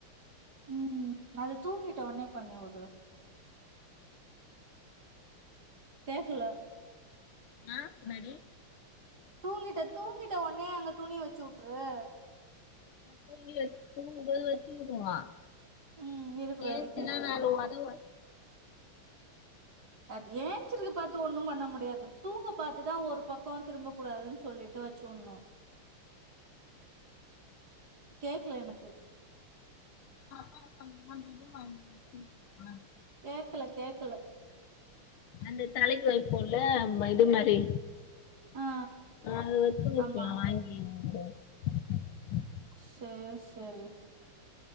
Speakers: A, on the right; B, on the left.
A: உம் அதை தூங்கிட்ட உனே பண்ணி விடு கேக்கல
B: ஆ இன்னடி
A: தூங்கிட்ட தூங்கிட்ட உனே அங்க துணி வச்சுட்ரு
B: தூங்கி வச் தூங்குபோது வெச்சு விடுவான்
A: ம் இருக்குற
B: ஏன்ச்சனா
A: வரைக்கும் இருக்கட்டும்.
B: நாலு வொத ஓத
A: அது ஏச்சிருக்கு பாத்து ஒண்ணும் பண்ண முடியாது தூங்க பாத்துதான் ஒரு பக்கம் திரும்ப கூடாதுன்னு சொல்லிட்டு வச்சு உணும் கேக்கல எனக்கு
B: <inaudible>
A: கேக்கல கேக்கல
B: அந்த தலைக்கு வைப்போல்ல <unintelligible> மாரி
A: ஆ
B: நா <unintelligible>
A: ஆமா.
B: <unintelligible>
A: சேர் சேரி